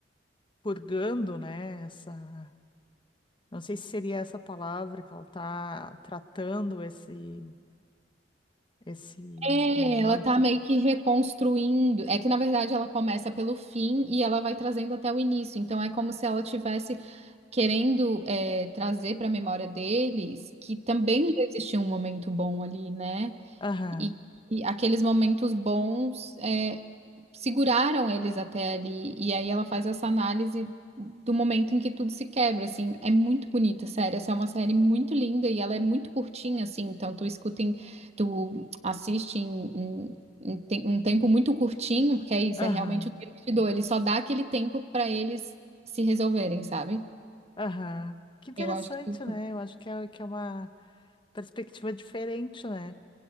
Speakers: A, on the left; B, on the right.
A: purgando, né, essa, não sei se seria essa palavra que ela tá tratando esse, esse
B: É,
A: momento
B: ela tá meio
A: de...
B: que reconstruindo. É que na verdade ela começa pelo fim e ela vai trazendo até o início. Então é como se ela tivesse querendo é, trazer para a memória deles que também já existia um momento bom ali, né?
A: Aham,
B: E, e aqueles momentos bons é, seguraram eles até ali. E aí ela faz essa análise do momento em que tudo se quebra, assim. É muito bonita, sério. Essa é uma série muito linda e ela é muito curtinha, assim. Então tu escuta em, tu assiste em, em- em te- um tempo muito curtinho, porque é isso,
A: aham,
B: é realmente o tempo que te dou. Ele só dá aquele tempo pra eles se resolverem, sabe?
A: aham. Que interessante,
B: Eu acho que
A: né? Eu acho que é, que é uma perspectiva diferente, né?